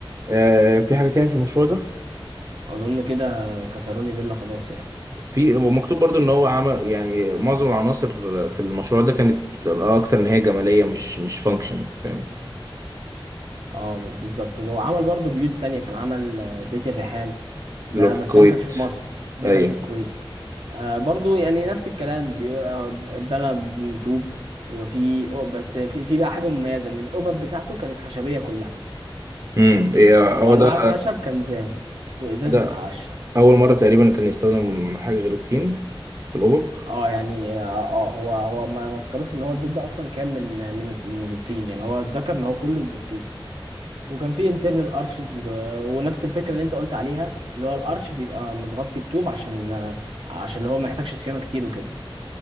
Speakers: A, on the right; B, on the right.
A: آه، في حاجة تاني في المشروع ده
B: اظن كده كسروني فيلا خلاص يعني
A: في ومكتوب برضو ان هو عمل يعني معظم العناصر في المشروع ده كانت اكتر ان هي جمالية مش مش فانكشن فاهم
B: اه بالظبط وعمل برضو بيوت تانية كان عمل آه، بيت الريحان ده
A: اللي هو في
B: بس
A: الكويت
B: ده ما كانش في مصر ده
A: ايوه
B: كان في الكويت آه برضو يعني نفس الكلام بي- آه، بنى من طوب وفي أو- بس في في بقى حاجة مميزة ان القبب بتاعته كانت خشبية كلها
A: امم إيه، هو
B: وانواع
A: ده
B: الخشب كان زان وازاز
A: ده
B: متعشق
A: اول مرة تقريبا كان يستخدم حاجة غير الطين في الأوبب
B: اه يعني اه آه، هو هو ما ما ذكروش ان هو البيت ده اصلا كان من من من الطين يعني هو اتذكر ان هو كله بالطوب وكان فيه انترنال ارشز و... ونفس الفكره اللي انت قلت عليها اللي هو الارش بيبقى متغطي بطوب عشان آه، عشان اللي هو ما يحتاجش صيانه كتير وكده